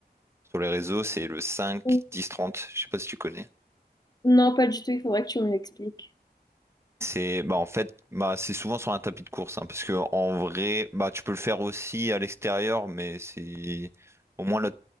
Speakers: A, on the right; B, on the left.
A: sur les réseaux, c'est le cinq
B: Mm.
A: dix trente Je sais pas si tu connais.
B: Non, pas du tout, il faudrait que tu me l'expliques.
A: C'est, bah en fait, bah c'est souvent sur un tapis de course, hein, parce que en vrai, bah tu peux le faire aussi à l'extérieur, mais c'est au moins là.